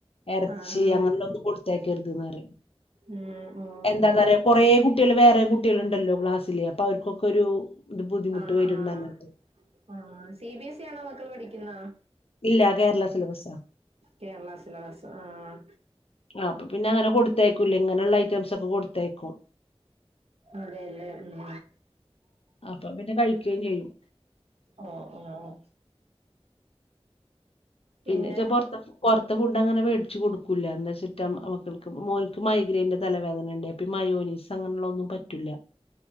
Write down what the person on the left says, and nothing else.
എറച്ചി
അങ്ങനെയുള്ളൊന്നും കൊടുത്തയക്കരുതന്ന്റിയും
എന്താന്നറിയോ കൊറേ കുട്ടിയള് വേറേം കുട്ടിയള്ണ്ടല്ലോ ക്ലാസി ല് അപ്പവർക്കക്കൊരു ബുദ്ധിമുട്ട്
വെരുന്നർഞ്ട്ട്
ഇല്ല കേരള സിലബസാ
അപ്പ പിന്നങ്ങനെ കൊടുത്തയക്കുല്ല ഇങ്ങനെള്ള ഐറ്റംസൊക്കെ കൊടുത്തയക്കും
അപ്പൊ പിന്നെ കഴിക്കേം ചെയ്യും
പിന്നെച്ചാ പൊറത്തർ പൊറത്തെ ഫുഡങ്ങനെ വേടിച്ച് കൊടുക്കൂല്ല എന്താച്ചിട്ടാ മക്കൾക്ക് മോൻക്ക് മൈഗ്രയിൻന്റെ തലവേദനണ്ട് അപ്പയീ മയോനൈസ് അങ്ങനെള്ളതൊന്നും പറ്റില്ല